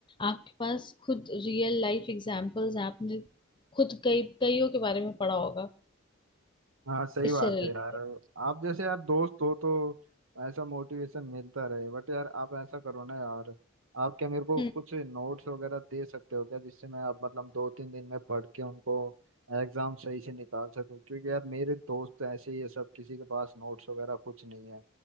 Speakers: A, on the left; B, on the right.
A: आपके पास खुद रियल लाइफ एग्जांपल्स हैं आपने खुद कई कईयों के बारे में पढ़ा होगा
B: हाँ सही
A: इससे
B: बात
A: रिलेटेड
B: है यार आप जैसे यार दोस्त हो तो ऐसा मोटिवेशन मिलता रहे बट यार आप ऐसा करो ना यार आप क्या मेरे को
A: हम्म
B: कुछ नोट्स वगैरह दे सकते हो क्या जिससे मैं अब मतलब दो तीन दिन में पढ़ के उनको एग्जाम सही से निकाल सकूं क्योंकि यार मेरे दोस्त ऐसे ही है सब किसी के पास नोट्स वगैरह कुछ नहीं है